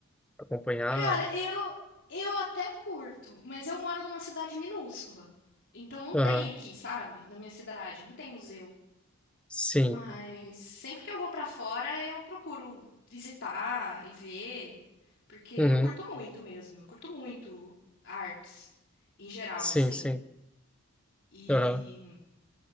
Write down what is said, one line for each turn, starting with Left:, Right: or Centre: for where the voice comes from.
Centre: acompanhar?
Left: cara, eu eu até curto, mas eu moro numa cidade minúscula. Então não
Centre: Aham,
Left: tem aqui, sabe? Na minha cidade, não tem museu.
Centre: sim,
Left: Mas sempre que eu vou pra fora, eu procuro visitar e ver, porque eu
Centre: uhum,
Left: curto muito mesmo, eu curto muito artes em geral,
Centre: sim,
Left: assim.
Centre: sim,
Left: E
Centre: aham,